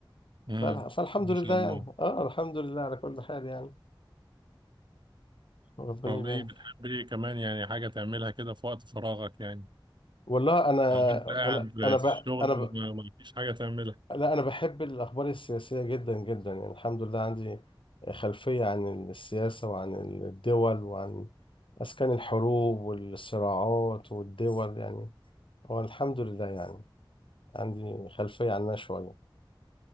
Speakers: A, on the right (about 60°); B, on the left (about 75°).
A: امم
B: فالح- فالحمد
A: ما
B: لله
A: شاء
B: يعني
A: الله
B: اه الحمد لله على كل حال يعني ربنا
A: طب
B: يبارك
A: ايه بتحب ايه كمان يعني حاجة تعملها كده في وقت فراغك يعني
B: والله انا
A: او انت قاعد
B: انا انا ب...
A: في الشغل
B: انا ب...
A: وما ما فيش حاجة تعملها
B: لا انا بحب الاخبار السياسيه جدا جدا يعني الحمد لله عندي خلفيه عن السياسه وعن الدول وعن اسكان الحروب والصراعات والدول يعني هو الحمد لله يعني عندي خلفيه عنها شويه